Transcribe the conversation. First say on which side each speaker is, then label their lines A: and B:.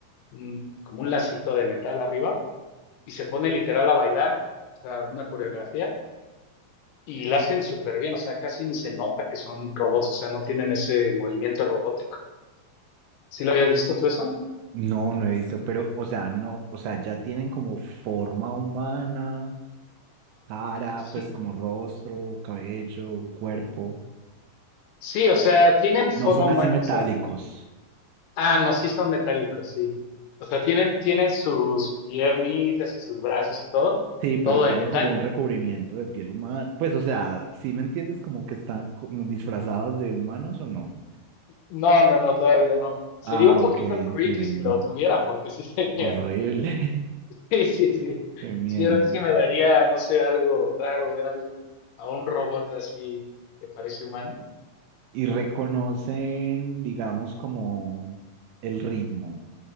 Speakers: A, on the left; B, on the right.
A: un- como un lacito de metal arriba y se ponen literal a bailar, o sea, una coreografía y la hacen súper bien, o sea, casi ni se nota que son robots, o sea, no tienen ese movimiento robótico. ¿Sí lo habías visto tú eso?
B: No, no he visto, pero, o sea, no, o sea, ya tienen como forma humana, cara,
A: Sí,
B: pues como rostro, cabello, cuerpo.
A: sí, o sea, tienen forma
B: No son
A: humana,
B: así metálicos.
A: Ah, no, sí son metálicos, sí. O sea, tienen, tienen sus piernitas y sus brazos y todo,
B: Sí, pero
A: todo
B: tienen
A: de metal.
B: como un recubrimiento de piel humana. Pues, o sea, ¿sí me entiendes? Como que están como disfrazados de humanos o no.
A: No, no, no, todavía no. Sería
B: Ah,
A: un poquito
B: ok, entiendo.
A: creepy si lo tuvieran, porque sí sería.
B: Horrible.
A: <laughs> Sí, sí, sí.
B: <laughs> Qué miedo.
A: Sí, a mí sí me daría, no sé, algo raro ver al- a un robot así que parece humano.
B: Y reconocen, digamos, como el ritmo.